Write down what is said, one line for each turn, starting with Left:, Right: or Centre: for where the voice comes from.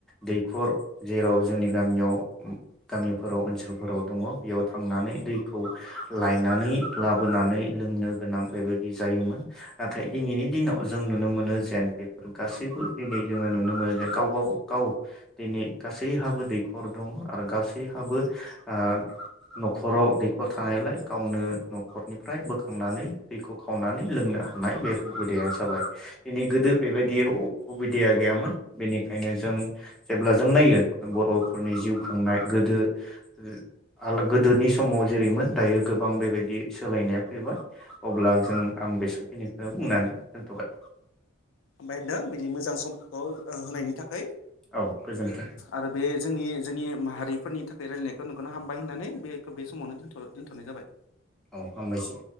Centre: दैखर जेराव जोंनि गामियाव गामिफोराव ओनसोलफोराव दङ बेयाव थांनानै दैखौ लायनानै लाबोनानै लोंनो गोनां बेबायदि जायोमोन नाथाय दिनैनि दिनाव जों नुनो मोनो जेन बेफोर गासैबो दिनै जोङो नुनो मोनो जे गाव-गाव-गाव दिनै गासैहाबो दैखर दङ। आरो गासैहाबो आ नखराव दैखर थानायलाय गावनो नखरनिफ्राय बोखांनानै दैखौ खावनानै लोंनो हानाय बे हुबिदाया जाबाय। गोदो बेबायदि हुबिदाया गैयामोन बेनिखायनो जों जेब्ला जों नायो बर'फोरनि जिउ खुंनाय गोदो-गोदोनि समाव जेरैमोन दायो गोबां बेबायदि सोलायनाया फैबाय अब्ला जों आं बेसांखिनिखौ बुंनायखौ दोनथ'बाय।
Left: हामबाय होनदों बिदि मोजां समफोरखौ होनायनि थाखै
Centre: औ गोजोन्थों
Left: आरो बे जोंनि जोंनि माहारिफोरनि थाखै रायलानायखौ हाम बाय‌ होनानै बेखो बे समावनो दोनथ-दोनथनाय जाबाय।
Centre: औ हामबायसै।